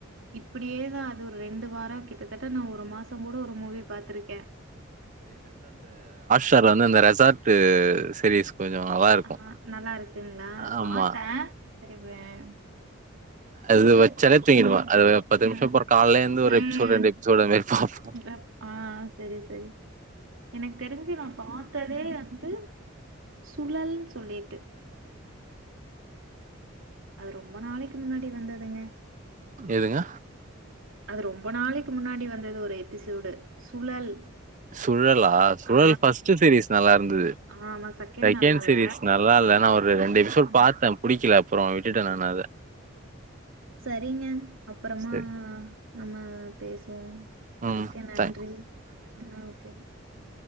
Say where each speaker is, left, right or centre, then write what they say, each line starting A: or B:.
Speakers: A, on the right; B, on the right.
A: இப்டியேதா அது ஒரு ரெண்டு வாரொ கிட்டத்தட் ட நா ஒரு மாசோங் கூட ஒரு மூவி பாத்துருக்கே
B: த்தர வந்து அந்த ரெசார்ட் சீரிஸ் கொஞ்சொ நல்லா இருக்கு
A: ஆ நல்லாருக்குங்களா
B: ஆமா
A: பாத்தே சரி வேண்
B: அது வச்சாலே தூங்கிடுவா
A: ம்.
B: அது பத்து
A: ம்.
B: நிமிஷோ பாக் காலே ஏந்து ஒரு
A: ம்.
B: எபிசோடு ரெண்டு எபிசோட் அது மாரி பாப்
A: அப் ஆ செரி செரி எனக்கு தெரிஞ்சு நா பாத்ததே வந்து சுழல்னு சொல்லிட்டு அது ரொம்ப நாளைக்கு முன்னாடி வந்துதுங்க
B: எதுங்க
A: அது ரொம்ப நாளைக்கு முன்னாடி வந்தது ஒரு எபிசோடு சுழல்
B: சுழலா சுழல்
A: ஆ.
B: ஃபஸ்ட் சிரீஸ் நல்லாருந்தது
A: ஆமா.
B: செகண்ட்
A: நல்லால்ல.
B: சீரிஸ் நல்லா இல்ல நா ஒரு ரெண்டு
A: ம்,
B: எபிசோட்
A: ம்,
B: பாத்தே புடிக்கல அப்றோ விட்டுட்ட
A: ம்.
B: நான் அத
A: சரிங்க அப்புறமா
B: சரி.
A: நம்ம பேசுவோம்
B: ம்.
A: மிக்க நன்றி
B: த
A: அ ஓகே